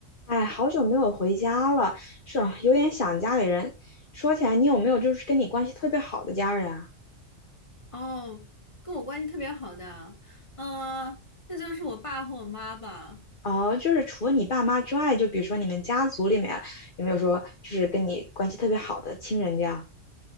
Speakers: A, on the left (about 40°); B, on the left (about 25°).
A: 哎，好久没有回家了，是啊有点想家里人。说起来，你有没有就是跟你关系特别好的家人啊？
B: 哦，跟我关系特别好的，呃，那就是我爸和我妈吧。
A: 哦，就是除了你爸妈之外，就比如说你们家族里面有没有说就是跟你关系特别好的亲人这样？